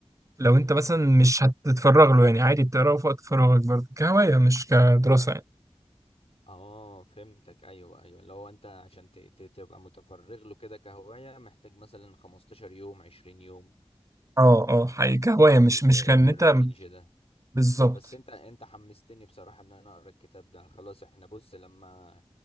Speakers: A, on the right; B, on the left.
A: لو انت مثلا مش هتتفرغ له يعني عادي بتقراه في وقت فراغك برضه كهواية مش كدراسة يعني
B: اه فهمتك ايوه ايوه لو انت عشان ت- ت- تبقى متفرغ له كده كهواية محتاج مثلا 15 يوم 20 يوم
A: اه اه حقيقي كهواية
B: في
A: مش
B: ال- في,
A: مش كان
B: في
A: انت
B: الرينج ده
A: بالظبط
B: بس انت انت حمستني بصراحة ان انا اقرا الكتاب ده خلاص احنا بص لما